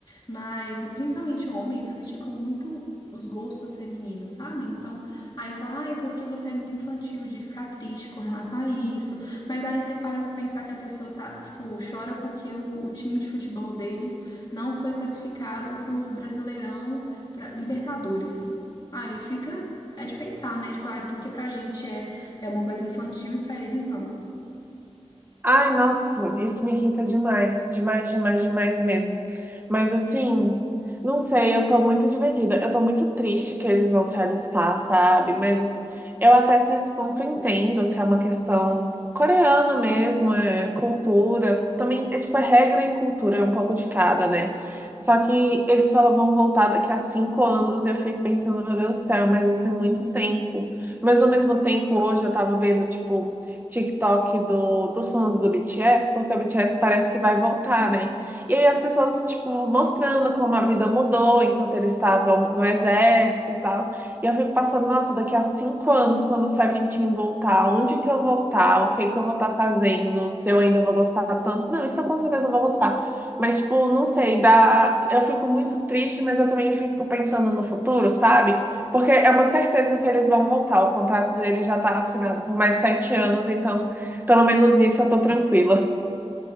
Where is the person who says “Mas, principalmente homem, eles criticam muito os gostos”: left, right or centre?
Left